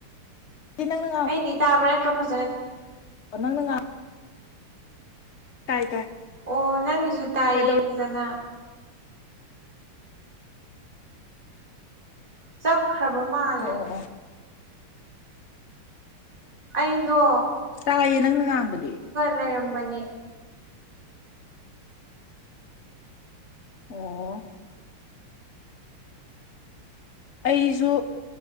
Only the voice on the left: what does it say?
ꯅꯪꯅ
ꯅꯪ ꯅꯪ ꯇꯥꯏ ꯇꯥꯏ
ꯀꯩꯗꯧ
ꯑꯣ ꯑꯣ ꯑꯣ
ꯇꯥꯏꯌꯦ ꯅꯪꯅ ꯉꯥꯡꯕꯗꯤ
ꯑꯣ ꯑꯩꯁꯨ